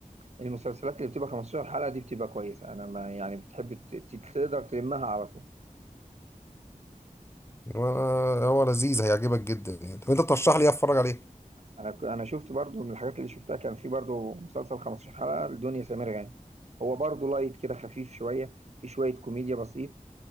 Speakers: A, on the right; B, on the left.
A: المسلسلات اللي بتبقى 15 حلقه دي بتبقى كويسه انا ما يعني بتحب ت- ت- تقدر تلمها على طول
B: هو هو لذيذ هيعجبك جدا يعني طب انت ترشح لي ايه اتفرج عليه
A: انا ك- انا شفت برضو من الحاجات اللي شفتها كان في برضو مسلسل 15 حلقة لدنيا سمير غانم هو برضو لايت كده خفيف شوية في شوية كوميديا بسيط